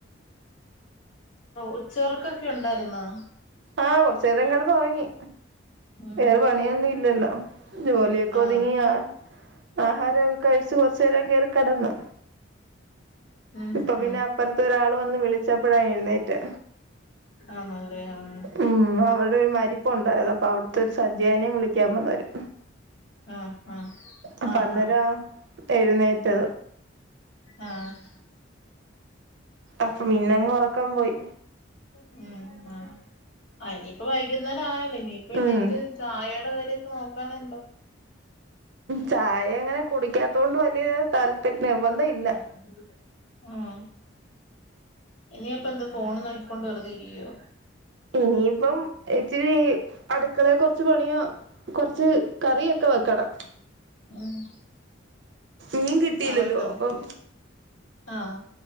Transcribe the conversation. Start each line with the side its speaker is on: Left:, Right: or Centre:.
Left: ഉച്ചോർക്കൊക്കെ ഉണ്ടായിരുന്നോ
Right: ആഹ് കുറചേരം കിടന്ന് ഉറങ്ങി
Left: ഉം
Right: വേറെ പണിയൊന്നും ഇല്ലല്ലോ ജോലിയൊക്കെ
Left: ആഹ്
Right: ഒതുങ്ങി ആ ആഹാരമൊക്കെ കഴിച്ച് കൊറച്ചു നേരം കേയറി കിടന്ന്
Left: ഉം
Right: ഇപ്പൊ പിന്നെ
Left: ഉം
Right: അപ്പറത്ത ഒരാള് വന്ന് വിളിച്ചപ്പഴ എഴുന്നേറ്റെ
Left: ആണല്ലേ ആഹ്
Right: ഉം അവിടെ ഒര് മരി മരിപ്പൊണ്ടാര്ന്ന് അപ്പൊ അവിടുത്തെ ഒരു സഞ്ചയനേം വിളിക്കാൻ വന്നോര്
Left: ആഹ് ആഹ്
Right: അപ്പം
Left: ആഹ്
Right: അന്നേരം
Left: ആഹ്
Right: എഴുന്നേറ്റത്
Left: ആഹ്
Right: അപ്പ പിന്നങ്ങ്
Left: എന്തുവാ
Right: ഒറക്കം പോയി
Left: ഉം ആഹ് അയവിൻ <unintelligible> ഇപ്പൊ വൈകുന്നേരം ആയല്ലോ ഇനിയിപ്പ എണീറ്റ്
Right: ഉം
Left: ചായെടെ കാര്യൊക്കെ നോക്കാന്ണ്ട്
Right: ചായങ്ങനെ കുടിക്കാത്തോണ്ട് വല്യ താല്പര്യ നിർബന്ധ ഇല്ല
Left: <unintelligible> ആഹ് ഇനിയിപ്പെന്താ ഫോൺ നോക്കിക്കൊണ്ട് വെറുതെയിരിക്കോ
Right: ഇനിയിപ്പം ഇച്ചിരി അടുക്കളയെ കൊറച്ച് പണിയോ കൊറച്ച് കറിയൊക്കെ വെക്കണം
Left: ഉം
Right: മീൻ കിട്ടില്ലല്ലോ
Left: അതൊക്കെ
Right: അപ്പം
Left: ആഹ്